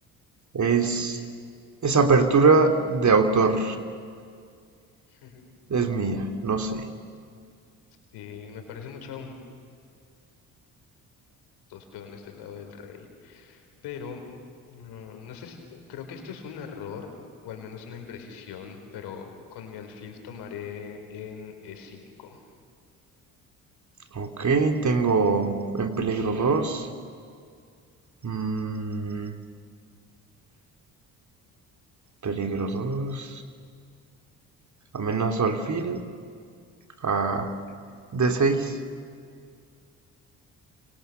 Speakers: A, on the right; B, on the left.
A: Es,
B: Hmm.
A: es apertura de autor,
B: <laughs>
A: es mía, no sé.
B: Sí, me parece mucho a un- dos peones del lado del rey. Pero no, no sé si, creo que esto es un error, o al menos una imprecisión, pero con mi alfil tomaré en E5.
A: Ok, tengo en peligro 2. Mm, Peligro 2, Amenazo alfil a D6.